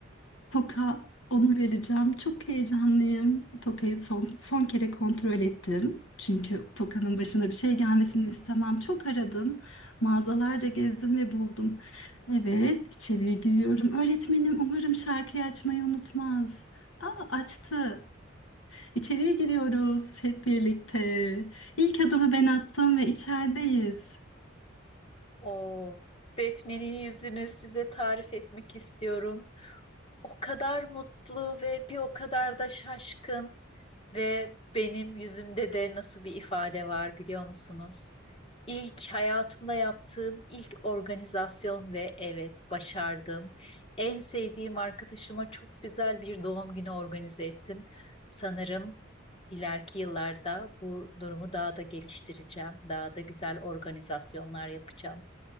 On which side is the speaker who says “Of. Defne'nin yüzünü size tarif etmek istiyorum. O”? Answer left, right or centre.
Left